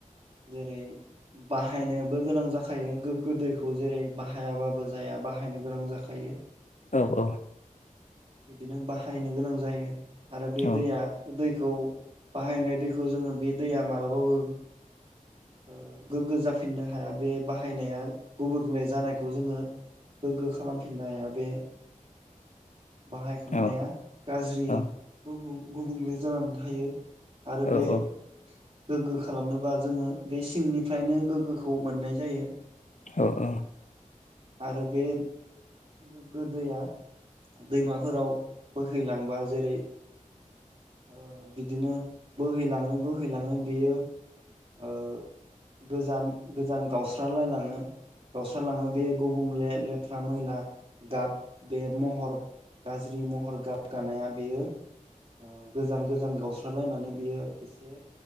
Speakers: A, on the right (about 40°); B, on the left (about 60°).
A: जेरै बाहायनोबो गोनां जाखायो गोग्गो दैखौ जेरै बाहायाबाबो जाया बाहायनो गोनां जाखायो।
B: औ औ
A: बिदिनो बाहायनो गोनां जायो। आरो बे
B: औ
A: दैया दै खौ बाहायनाय दैखौ जोङो बे दैया मालाबाबो ओ गोग्गो जाफिननो हाया बे बाहायनाया गुबुंले जानायखौ जोङो गोग्गो खालामफिननो हाया। बे बाहायखांनाया
B: औ औ
A: गाज्रि
B: औ
A: गुबुं गुबुंले जानानै थायो। आरो
B: औ
A: बे
B: औ
A: गोग्गो खालामनोबा जोङो बे सिंनिफ्रायनो गोग्गोखौ मोननाय जायो।
B: औ ओ
A: आरो बे गोग्गो दैया दैमाफोराव बोहैलांबा जेरै ओ बिदिनो बोहैलाङै बोहैलाङै बेयो ओ गोजान गोजान गाव स्रालालायलाङो गावस्रालाङो बे गु बुंले लेथ्रा मैला गाब बे महर गाज्रि महर गाब गानाया बेयो ओ गोजान गोजान गावस्रालायनानै बियो एसे